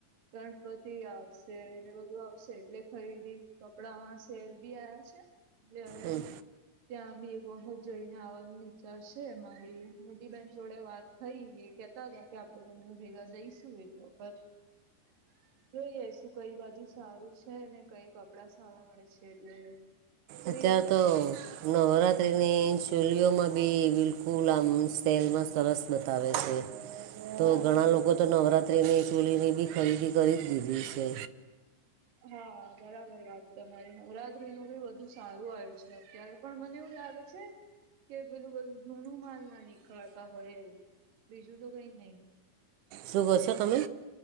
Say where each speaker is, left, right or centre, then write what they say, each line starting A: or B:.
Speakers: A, on the right; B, on the right.
A: ગણપતિ આવશે ને બધું આવશે એટલે ખરીદી કપડામાં સેલ બી આવ્યા છે. એટલે હવે
B: હમ.
A: ત્યાંબી એક વખત જઈને આવવાનું વિચાર છે, મારી મોટી બેહેન જોડે વાત થઈ એ કેતા હતા કે, આપણે બને ભેગા જઈશું એક વખત. જોઈએ શું કઈ બાજુ સારું છે, ને કઈ કપડા સારવા મળે છે એટલે. જોઈએ
B: અત્યારે
A: પછી
B: તો નવરાત્રિની ચોલીઓમાં બી બિલકુલ આમ સેલમાં સરસ બતાવે છે તો
A: હા
B: ઘણા
A: એ
B: લોકો તો નવરાત્રીની ચોલીની બી ખરીદી કરી જ દીધી છે.
A: હા બરાબર વાત તમારી નવરાત્રી નું બી વધુ સારું આવ છે અત્યારે પણ મને એવું લાગે છે. કે પેલું બધું જૂનું માલ ના નીકળતા હોય એવું બીજું તો કઈ નહી.
B: શું કો છો તમે?